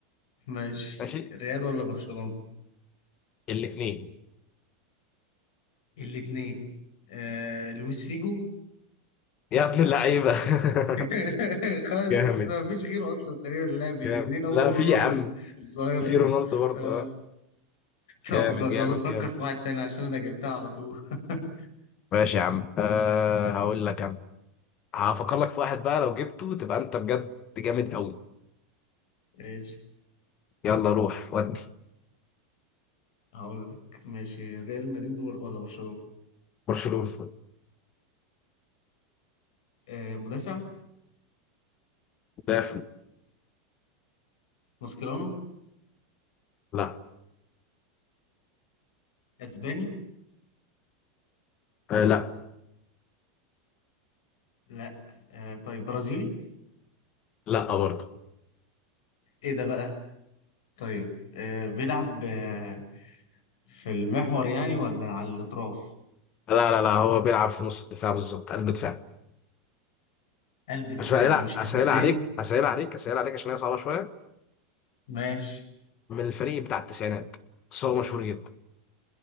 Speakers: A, on the left; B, on the left.
A: ماشي
B: ماشي
A: ريال ولا برشلونة
B: الاثنين
A: الاثنين آه... لويس فيجو
B: يا ابن اللعيبه <laughs>
A: <laughs> خلاص
B: جامد
A: ده ما فيش غيره اصلا تقريبا اللاعب الاثنين
B: جامد
A: هو
B: لا
A: ورونالدو
B: في يا عم
A: الظاهرة
B: في رونالدو برضه
A: اه
B: اه
A: طب
B: جامد
A: خلاص
B: جامد
A: فكر
B: جامد
A: في واحد تاني عشان انا جبتها على طول <laughs>
B: ماشي يا عم أه هقول لك انا هفكر لك في واحد بقى لو جبته تبقى انت بجد جامد قوي
A: ايش
B: يلا روح ودي
A: هقول لك ماشي ريال مدريد ولا برشلونة
B: برشلونة
A: آه... مدافع
B: دافع
A: ماسكيرانو
B: لا
A: اسباني
B: آه لا
A: لا آه طيب برازيلي
B: لا برضه
A: ايه ده بقى طيب آه بيلعب آه في المحور يعني ولا على الاطراف
B: لا لا لا هو بيلعب في نص الدفاع بالظبط قلب دفاع
A: قلب دفاع
B: اسهل
A: ومش
B: اسهل
A: اسباني
B: عليك اسهل عليك اسهل عليك عشان هي صعبه شويه
A: ماشي
B: من الفريق بتاع التسعينات بس هو مشهور جدا